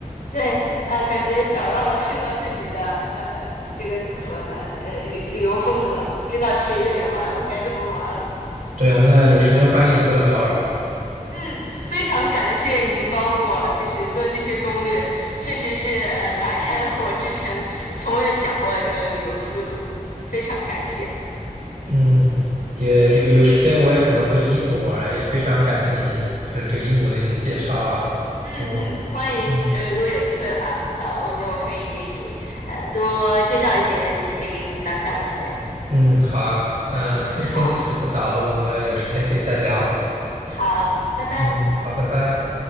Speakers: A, on the left; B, on the right.
A: 对，呃，感觉找到了适合自己的，呃，这个怎么说呢？呃，旅旅游风格，知道去瑞典玩的话该怎么玩了。
B: 对啊，那有时间欢迎你过来玩儿。
A: 嗯，非常感谢你帮我，就是做这些攻略，确实是呃打开了我之前从未想过的这个旅游思路，非常感谢。
B: 嗯，也有有时间我也可能会去英国玩儿，也非常感谢你就是对英国的一些介绍啊。
A: 嗯嗯，
B: 就
A: 欢迎，
B: 嗯
A: 呃，如果有机会的话，呃，我觉得我可以给你呃多介绍一些可以给你当向导这样。
B: 嗯，好啊，那今天其实不早了，
A: 嗯，好，
B: 我们有时间可以再聊。
A: 好，拜拜。
B: 嗯，好，拜拜。